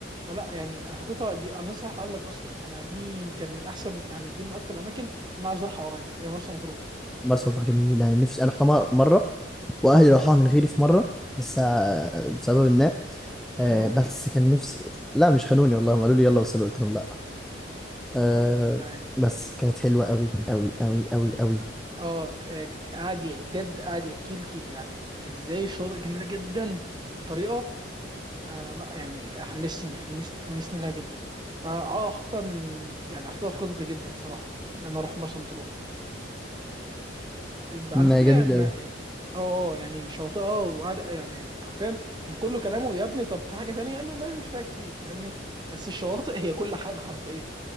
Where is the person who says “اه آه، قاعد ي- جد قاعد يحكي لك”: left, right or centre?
Right